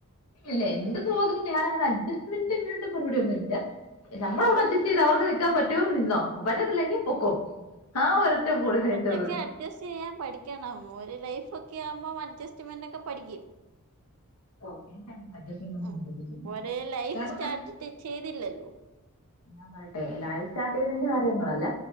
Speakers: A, on the left; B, on the right.
A: ല്ല എന്റെ സ്വഭാവത്തിന് ഞാനങ്ങനെ അഡ്സ്റ്റ്മെന്റ് ഇങ്ങൻത്തെ പരുപാടി ഒന്നും ഇല്ല നമ്മളവിടെ അഡ്ജസ്റ്റെയ്ത് അവർക്ക് നിക്കാൻ പറ്റുവോ നിന്നോ പറ്റത്തില്ലെങ്കി പൊക്കോ ആ ഒരൊറ്റ പോളിസി
B: കൊറാെച്ചൊക്കെ
A: എന്റേത്
B: അഡ്ജസ്റ്റെയ്യാം പഠിക്കണം ഒര് ലൈഫ് ആകുമ്പം അഡ്ജസ്റ്റ്മെന്റ് ഒക്കെ പഠിക്കും.
A: ഓ എനിക്ക് അങ്ങനത്തെ അഡ്ജസ്റ്റ്മെന്റ് ഒന്നും
B: ഉം
A: പറ്റത്തില്ല
B: ഒരേ ലൈഫ്
A: കാരണം
B: സ്റ്റാർട്ട് ചെയ്തില്ലല്ലോ
A: ഞാൻ പറയട്ടെ ലൈഫ് സ്റ്റാർട്ട് കാര്യങ്ങളല്ല.
B: ഉം